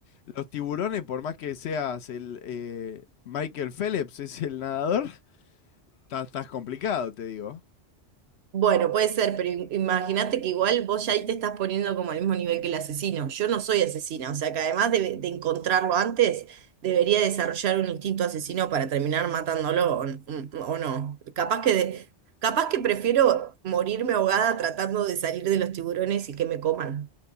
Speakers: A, on the left (about 65°); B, on the right (about 65°).
A: los tiburones, por más que seas el eh, Michael Phelps, es el nadador, ta- estás complicado, te digo.
B: Bueno, puede ser, pero im- imagínate que igual vos ya ahí te estás poniendo como al mismo nivel que el asesino. Yo no soy asesina, o sea que además de, de encontrarlo antes, debería desarrollar un instinto asesino para terminar matándolo o, n- mm, o no. Capaz que de- capaz que prefiero morirme ahogada tratando de salir de los tiburones y que me coman,